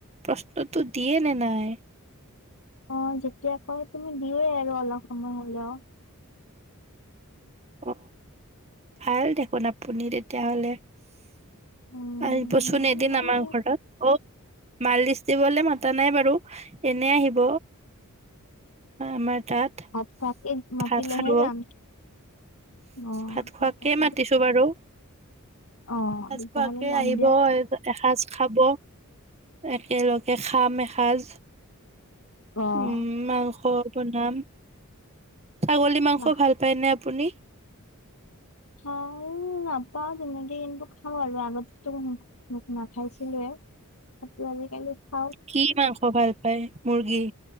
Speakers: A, on the right; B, on the left.
A: প্ৰশ্নটো দিয়ে নে নাই
B: অ যেতিয়া কয় তুমি দিয়ে আৰু অলপ সময় হলেও
A: অ ভাল দেখোন আপুনি তেতিয়াহলে
B: উম,
A: আহিবচোন
B: বেয়া
A: এদিন
B: নহয়
A: আমাৰ
B: আৰু।
A: ঘৰত অ মালিচ দিবলে মাতা নাই বাৰু এনে আহিব আমাৰ তাত
B: ভাত খোৱাকে মাতিলেহে
A: ভাত খাব
B: যাম। অ',
A: ভাত
B: ঠিক
A: খোৱাকে
B: আছে
A: মাতিছো
B: দিয়ক।
A: বাৰু।
B: অ',
A: এসাজ
B: তেতিয়াহ'লে
A: খোৱাকে
B: যাম
A: আহিব
B: দিয়ক।
A: এসাজ খাব। একেলগে খাম এসাজ।
B: অ',
A: উম মাংস। বনাম। ছাগলী মাংস
B: বাহ।
A: ভাল পায় নে আপুনি।
B: খা নাপাও তেনেকে কিন্তু খাওঁ আৰু আগতে তু মুৰ। মোক নাখাইছিলয়ে। আ আজিকালি। খাওঁ
A: কি মাংস ভাল পায় মুৰ্গী।